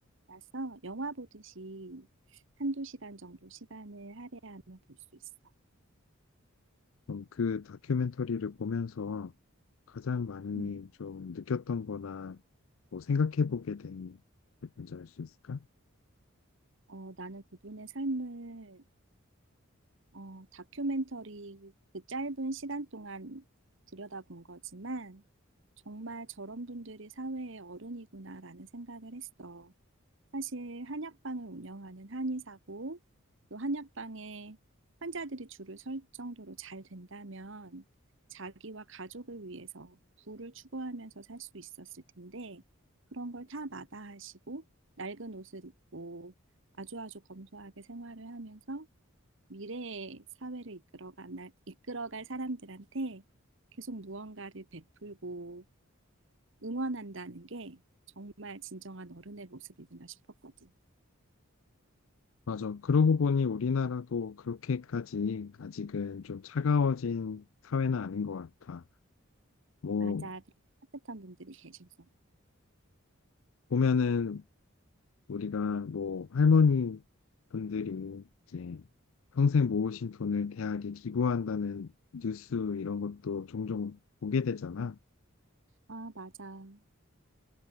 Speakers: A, on the right (about 60°); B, on the left (about 70°).
A: 다큐라서 영화 보듯이 한두 시간 정도 시간을 할애하면 볼 수 있어.
B: 그럼 그 다큐멘터리를 보면서 가장 많이
A: 음.
B: 좀 느꼈던 거나 뭐 생각해보게 된 게 뭔지 알 수 있을까?
A: 어, 나는 그분의 삶을 어, 다큐멘터리 그 짧은 시간 동안 들여다본 거지만 정말 저런 분들이 사회의 어른이구나라는 생각을 했어. 사실 한약방을 운영하는 한의사고 또 한약방에 환자들이 줄을 설 정도로 잘 된다면 자기와 가족을 위해서 부를 추구하면서 살 수 있었을 텐데 그런 걸 다 마다하시고 낡은 옷을 입고 아주아주 검소하게 생활을 하면서 미래의 사회를 이끌어간, 날- 이끌어갈 사람들한테 계속 무언가를 베풀고 응원한다는 게 정말 진정한 어른의 모습이구나 싶었거든.
B: 맞아. 그러고 보니 우리나라도 그렇게까지 아직은 좀 차가워진 사회는 아닌 것 같아. 뭐,
A: 맞아. 그렇게 따뜻한 분들이 계셔서.
B: 보면은 우리가 뭐 할머니 분들이 이제 평생 모으신 돈을 대학에 기부한다는 뉴스 이런 것도 종종 보게 되잖아.
A: 아, 맞아.